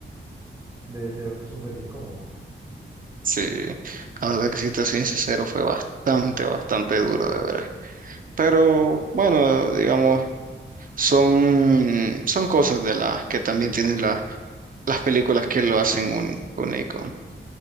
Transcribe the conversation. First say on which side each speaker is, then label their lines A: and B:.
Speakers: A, on the right (about 15°); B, on the right (about 45°).
A: debe ser súper incómodo.
B: Sí, la verdad que si te soy sincero, fue bastante, bastante duro de ver. Pero bueno, digamos, son, son cosas de las que también tienen la- las películas que lo hacen un, único.